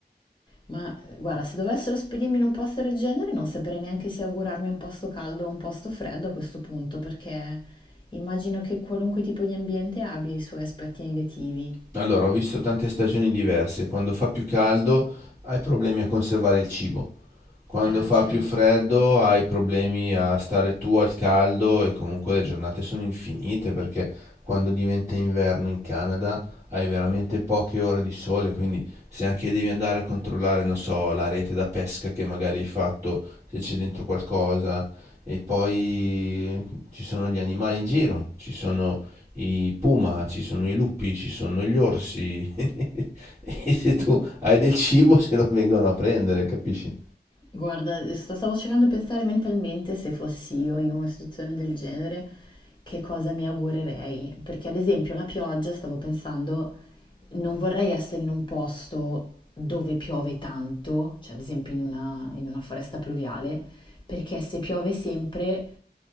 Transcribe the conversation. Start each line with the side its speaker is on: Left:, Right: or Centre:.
Left: Ma guarda, se dovessero spedirmi in un posto del genere, non saprei neanche se augurarmi un posto caldo o un posto freddo a questo punto, perché immagino che qualunque tipo di ambiente abbia i suoi aspetti negativi.
Right: Allora, ho visto tante stagioni diverse. Quando fa più caldo hai problemi a conservare il cibo. Quando
Left: Ah,
Right: fa
Left: certo.
Right: più freddo hai problemi a stare tu al caldo e comunque le giornate sono infinite perché quando diventa inverno in Canada hai veramente poche ore di sole, quindi se anche devi andare a controllare, non so, la rete da pesca che magari hai fatto, se c'è dentro qualcosa, e poi ci sono gli animali in giro, ci sono i puma, ci sono i lupi, ci sono gli orsi. <laughs> e se tu hai del cibo se lo vengono a prendere, capisci?
Left: Guarda, sto- stavo cercando di pensare mentalmente se fossi io in una situazione del genere, che cosa mi augurerei. Perché ad esempio la pioggia, stavo pensando, non vorrei essere in un posto dove piove tanto, cioè ad esempio in una, in una foresta pluviale, perché se piove sempre